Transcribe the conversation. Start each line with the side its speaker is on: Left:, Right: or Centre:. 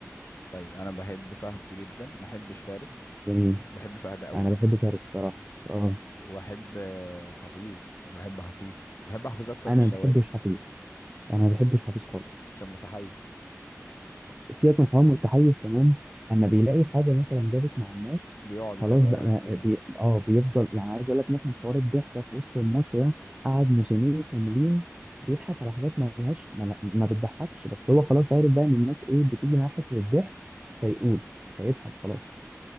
Left: طيب انا بحب فهد جدا ما بحبش فارس
Right: جميل
Left: بحب فهد قوي
Right: انا بحب فارس الصراحه اه
Left: وبحب آه، حفيظ بحب حفيظ بحب حفيظ اكتر
Right: انا
Left: من الشوالي
Right: ما بحبش حفيظ انا ما بحبش حفيظ خالص
Left: عشان متحيز
Right: سيبك من حوار متحيز كمان اما بيلاقي حاجه مثلا جابت مع الناس
Left: بيقعد
Right: خلاص
Left: يكررها
Right: بقى ما
Left: كتير
Right: بي...
Left: اه
Right: اه بيفضل يعني عايز اقول لك مثلا حوار الضحكه في وسط الماتش ده قعد موسمين كاملين بيضحك على حاجات ما لهاش ما, لا- ما بتضحكش بس هو خلاص عارف بقى ان الناس ايه بتيجي معاه حته الضحك فيقول فيضحك خلاص